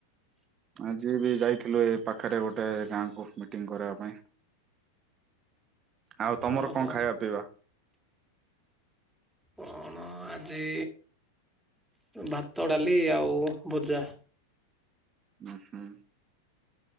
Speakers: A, on the right; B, in the centre.
A: ଆଜି ବି ଯାଇଥିଲୁ ଏ ପାଖରେ ଗୋଟେ ଗାଁକୁ ମିଟିଂ କରିବା ପାଇଁ। ଆଉ ତମର
B: ଓହୋ
A: କଣ ଖାଇବା ପିଇବା।
B: କଣ ଆଜି ଭାତ, ଡାଲି, ଆଉ ଭଜା।
A: ହଁ ହୁଁ।